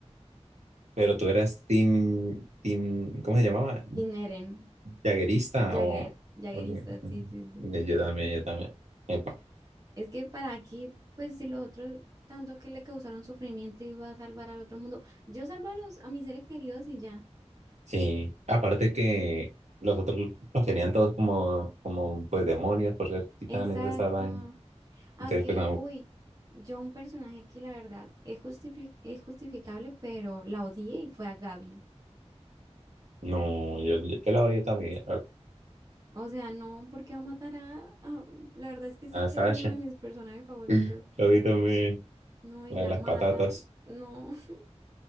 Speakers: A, on the right; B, on the right.
A: Pero tú eras team, team, ¿cómo se llamaba?
B: Sin Eren,
A: Jaguerista
B: Jagger,
A: o...
B: Jaggerista,
A: o li-
B: sí, sí, sí.
A: Yo también, yo también. Epa.
B: Es que para aquí, pues si los otros tanto que le causaron sufrimiento iba a salvar al otro mundo, yo salvo a los, a mis seres queridos y ya.
A: Sí, aparte que los otros los tenían todos como, como pues demonios por ser titanes,
B: Exacto.
A: esa vaina.
B: Aunque,
A: Entonces, pues,
B: uy, yo un personaje que la verdad es justifi- es justificable, pero la odié y fue a Gaby.
A: No, yo, yo, yo la odio también. A,
B: O sea, no, porque va a matar a, a- La verdad es que Sacha
A: a Sasha.
B: era uno de mis personajes favoritos.
A: <laughs> La odio también.
B: No, y
A: La
B: la
A: de las
B: mata.
A: patatas.
B: No, <laughs>